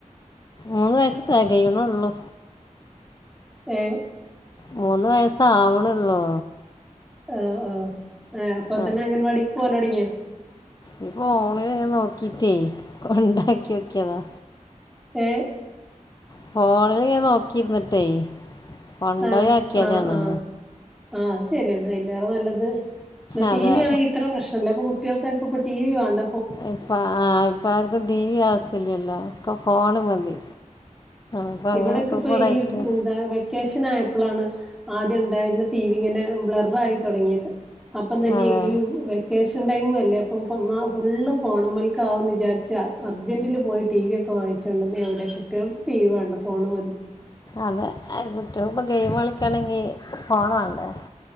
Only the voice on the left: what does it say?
മൂന്ന് വയസ്സ്‌ തെകയ്ണോള്ളൂ
മൂന്ന് വയസ്സാവ്ണൊള്ളൂ
ആ
ഈ ഫോണില് ഇങ്ങനെ നോക്കീറ്റേ കൊണ്ടാക്ക്യോക്കിയതാ
ഫോണില് ഇങ്ങനെ നോക്കിയിര്ന്നിട്ടേ കൊണ്ടോയാക്കിയതാണ്
അതെ
ഇപ്പ ആഹ് ഇപ്പാര്ക്കും ടിവി ആവ്സ്യല്ലല്ലോ ഒക്കെ ഫോണ് മതി അപ്പം അങ്ങനെയൊക്കെ
കൂടെ
ആയിട്ട്
അതെ
അതെ കുട്ട്യേള്പ്പം ഗെയിമ് കളിക്കാണെങ്കി ഫോണ് വേണ്ടേ